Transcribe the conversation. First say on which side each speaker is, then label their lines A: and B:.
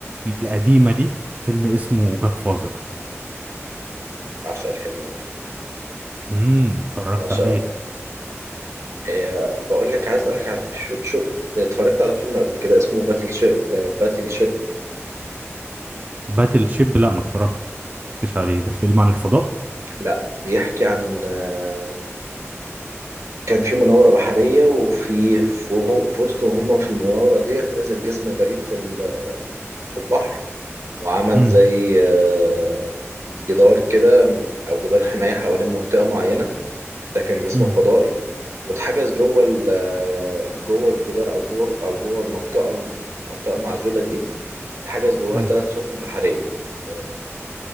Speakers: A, on the right; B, on the right.
A: القديمة دي فيلم اسمه جاد فازر
B: بعشق الفيلم ده
A: امم اتفرجت
B: بعشقه
A: عليه
B: آه، بقول لك عايز اسالك على شو, شو اتفرجت على فيلم قبل كده اسمه باتل شيب آه، باتل شيب
A: باتل شيب لا ما اتفرجتش عليه ده فيلم عن الفضاء
B: لا بيحكي عن آه، كان في مناورة بحرية وفي في وهم- في وسط وهم في المناورة ديت نزل جسم غريب في ال- في البحر وعمل
A: امم
B: زي آه، جدار كده او جدار حماية حوالين منطقة معينة ده كان جسم
A: امم
B: فضائي واتحجز جوه ال- آه، جوه الجدار او جوه او جوه المنطقة المنطقة المعزولة دي اتحجز جواها
A: امم
B: ثلاث سفن بحرية آه،